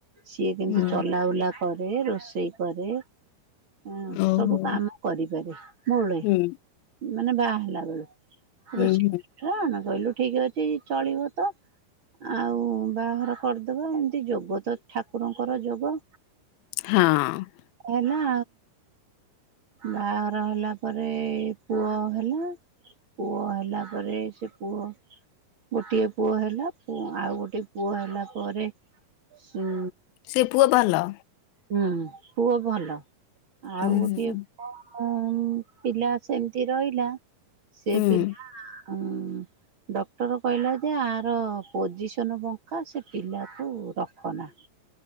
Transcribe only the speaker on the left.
ହୁଁ
ଓହୋ
ହୁଁ
ହୁଁ ହୁଁ
ହଁ।
ସେ ପୁଅ ଭଲ?
ହୁଁ
ହୁଁ
ହୁଁ